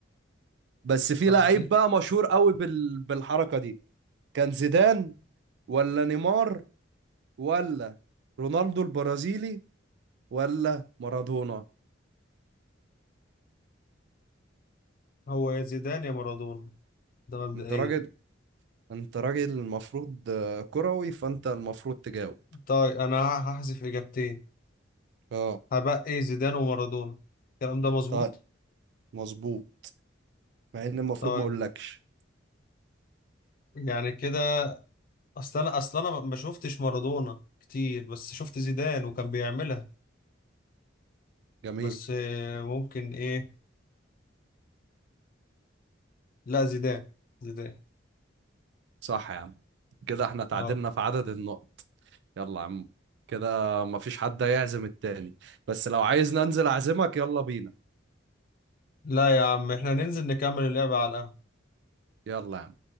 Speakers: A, on the right; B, on the left.
A: بس في
B: طب
A: لعيب
B: دي
A: بقى مشهور قوي بال... بالحركة دي كان زيدان ولا نيمار ولا رونالدو البرازيلي ولا مارادونا
B: هو يا زيدان يا مارادونا ده مبدئيا
A: انت راجل انت راجل المفروض آه، كروي فانت المفروض تجاوب
B: طيب انا ه- هحذف اجابتين
A: اه
B: هبقى زيدان ومارادونا الكلام ده مظبوط
A: طيب مظبوط مع ان المفروض
B: طيب
A: ما اقولكش
B: يعني كده اصل انا اصل انا ما شفتش مارادونا كتير بس شفت زيدان وكان بيعملها
A: جميل
B: بس آه، ممكن ايه لا زيدان زيدان
A: صح يا عم كده احنا تعادلنا
B: اه
A: في عدد النقط يلا يا عم كده مفيش حد هيعزم التاني بس لو عايز ننزل اعزمك يلا بينا
B: لا يا عم احنا ننزل نكمل اللعبة على القهوة
A: يلا يا عم